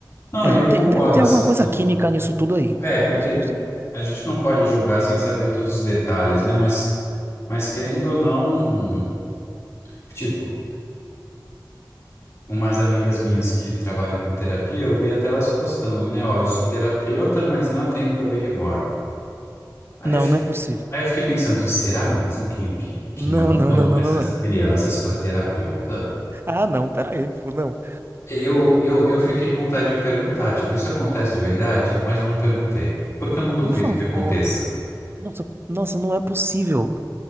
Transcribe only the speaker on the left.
Não,
e eu
concordo,
assim,
que.
É,
porque
a gente não pode julgar sem saber todos os detalhes, né? Mas, mas querendo ou não, tipo, umas amigas minhas que trabalham com terapia, eu vi até elas postando, né? Ó, eu sou terapeuta, mas não atendo bebê reborn. Aí
eu fiquei,
aí eu fiquei pensando, será mesmo que envi que
mandam
essas
crianças para terapeuta?
Eu, eu, eu fiquei com vontade de perguntar, tipo, isso acontece de verdade? Mas eu não perguntei. Porque eu não duvido
que aconteça.